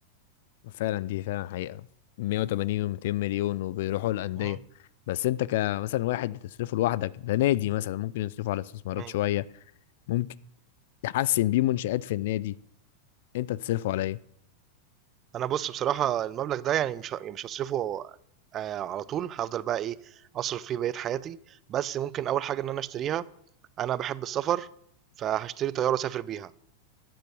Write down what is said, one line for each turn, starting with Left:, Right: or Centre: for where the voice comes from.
Left: فعلا دي فعلا حقيقة 180 و200 مليون وبيروحوا الأندية
Right: إمم،
Left: بس انت كمثلا واحد تصرفه لوحدك ده نادي مثلا ممكن يصرفه على استثمارات
Right: إمم.
Left: شوية ممكن يحسن بيه منشآت في النادي انت تصرفه على ايه
Right: أنا بُص بصراحة المبلغ ده يعني مش ه يعني مش هاصرفه آآ على طول، هافضل بقى إيه، أصرف فيه بقية حياتي، بس ممكن أول حاجة إن أنا أشتريها انا بحب السفر فهشتري طياره اسافر بيها